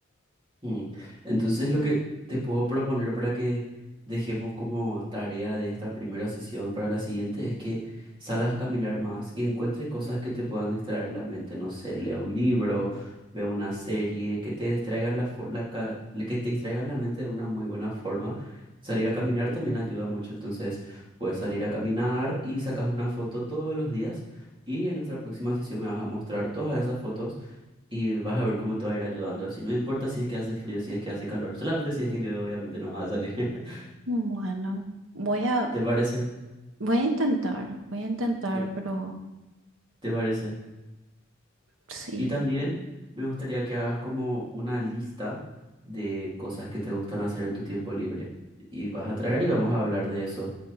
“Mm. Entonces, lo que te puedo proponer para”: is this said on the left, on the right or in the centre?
Right